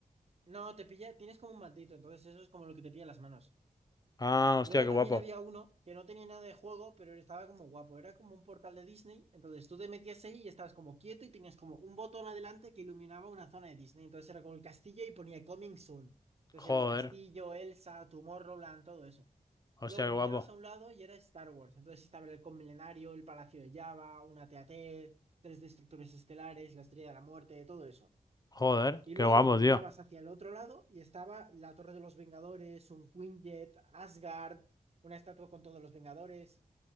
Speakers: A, on the right; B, on the left.
A: No, te pilla, tienes como un matito, entonces eso es como lo que te pilla en las manos.
B: Ah, hostia,
A: Luego
B: qué
A: también
B: guapo.
A: había uno que no tenía nada de juego, pero estaba como guapo. Era como un portal de Disney. Entonces tú te metías ahí y estabas como quieto y tenías como un botón adelante que iluminaba una zona de Disney. Entonces era como el castillo y ponía Coming Soon. Entonces
B: Joder.
A: era el castillo, Elsa, Tomorrowland, todo eso.
B: Hostia,
A: Luego
B: qué
A: mirabas
B: guapo.
A: a un lado y era Star Wars. Entonces estaba el Milenario, el Palacio de Java, una TAT, tres destructores estelares, la Estrella de la Muerte, todo eso.
B: Joder,
A: Y
B: qué
A: luego
B: guapo,
A: mirabas
B: tío.
A: hacia el otro lado y estaba la Torre de los Vengadores, un Quinjet, Asgard, una estatua con todos los Vengadores.